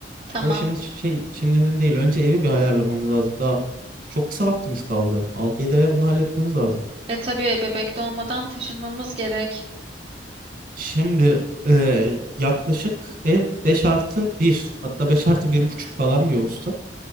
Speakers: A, on the right (about 30°); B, on the right (about 50°).
A: Tamam.
B: O şimdi şey şimdinin değil. Önce evi bir ayarlamamız lazım. Daha çok kısa vaktimiz kaldı. altı yedi aya bunu halletmemiz lazım.
A: E tabii bebek doğmadan taşınmamız gerek.
B: Şimdi e, yaklaşık ev 5 artı bir hatta 5 artı bir buçuk falan diyor usta.